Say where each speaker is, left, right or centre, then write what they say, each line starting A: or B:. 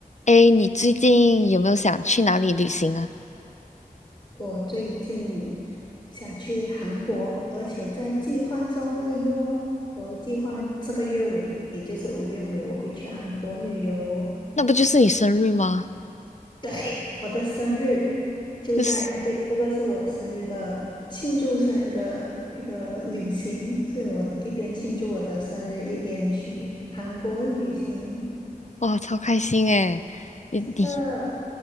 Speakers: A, on the left; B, on the left.
A: 哎，你最近有没有想去哪里旅行啊？
B: 我最近想去韩国，而且在计划中了哟。我计划这个月尾，也就是五月尾，我会去韩国旅游。
A: 那不就是你生日吗？
B: 对，我的生日就在啊，
A: 就是
B: 对，这个是我生日的庆祝生日的一个旅行，所以我一边庆祝我的生日，一边去韩国旅行。
A: 哇，超开心哎！你你
B: 是的，